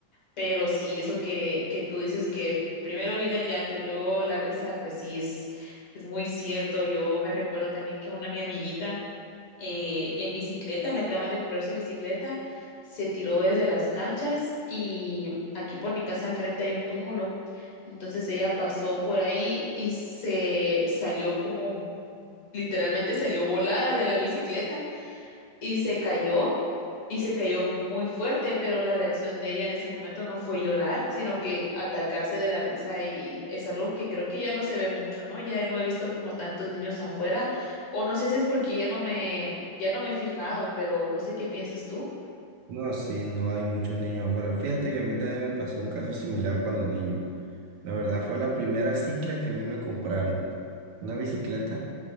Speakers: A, on the left; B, on the right.
A: Pero sí, eso que, que tú dices que primero viene el llanto y luego la risa, pues sí, es, es muy cierto. Yo me recuerdo también que una mi amiguita eh, en bicicleta, le acaban de comprar su bicicleta, se tiró desde las canchas y aquí por mi casa enfrente hay un túmulo. Entonces ella pasó por ahí y se salió como, literalmente salió volada de la bicicleta y se cayó y se cayó muy fuerte, pero la reacción de ella en ese momento no fue llorar, sino que atacarse de la risa y es algo que creo que ya no se ve mucho, ¿no? Ya no he visto como tantos niños afuera o no sé si es porque ya no me ya no me he fijado, pero no sé qué piensas tú.
B: No, sí, no hay muchos niños afuera. Fíjate que a mí también me pasó un caso similar cuando niño. La verdad fue la primera cicla que a mí me compraron, una bicicleta.